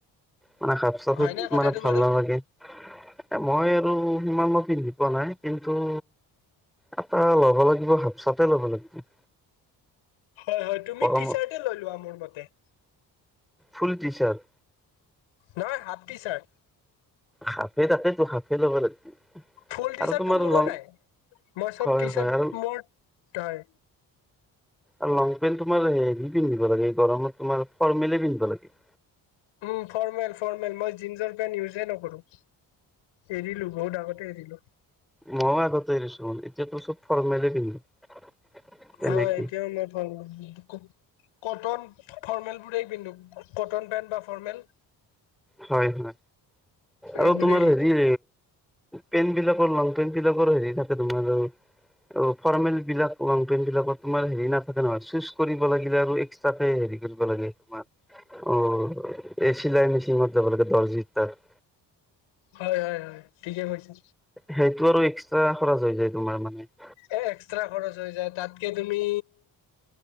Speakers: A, in the centre; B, on the left.
A: মানে হাফ চাৰ্টটো
B: হয়নে কথাটো
A: মানে ভাল
B: বাৰু
A: নালাগে। এ মই এইটো সিমান মই পিন্ধি পোৱা নাই কিন্তু এটা ল'ব লাগিব হাফ চাৰ্টে ল'ব লাগিব।
B: হয় হয় তুমি
A: গৰমত
B: টি চাৰ্টেই লৈ লোৱা মোৰ মতে।
A: Full T shirt?
B: নহয় হাফ টি চাৰ্ট।
A: হাফেই তাকেইটো হাফে ল'ব লাগিব।
B: ফুল টি
A: আৰু
B: চাৰ্ট
A: তোমাৰ
B: টো মোৰো
A: লং
B: নাই মই চব
A: হয়
B: টি চাৰ্ট
A: হয় আৰু
B: মোৰ হয়
A: আৰু লং পেণ্ট তোমাৰ হেৰি পিন্ধিব লাগে গৰমত তোমাৰ ফৰ্মেলেই পিন্ধিব লাগে।
B: উম ফৰ্মেল ফৰ্মেল মই জিন্সৰ পেন্ট ইউজেই নকৰো। এৰিলো বহুত আগতেই এৰিলো।
A: মইয়ো আগতে এৰিছো এতিয়াটো চব ফৰ্মলেই পিন্ধো। তেনেকে
B: হয় এতিয়াও মই ফৰ্মেল পি কটন ফৰ্মেলবোৰেই পিন্ধো কটন পেণ্ট বা ফৰ্মেল।
A: হয় হয় আৰু
B: এইবোৰেই
A: তোমাৰ হেৰি পেণ্টবিলাকৰ লংপেন্টবিলাকৰ হেৰি থাকে তোমাৰ আৰু ফৰ্মেল বিলাক লংপেণ্ট বিলাকাৰ তোমাৰ হেৰি নাথাকে নহয় চুইচ কৰিব লাগিলে আৰু হিচাপে হেৰি কৰিব লাগে তোমাৰ অ এই চিলাই মেচিনত যাব লাগে দৰ্জি তাত।
B: হয় হয় হয় ঠিকে কৈছা।
A: সেইটো আৰু এক্সট্ৰা খৰচ হৈ যায় তোমাৰ মানে।
B: এ এক্সট্ৰা খৰচ হৈ যায় তাতকে তুমি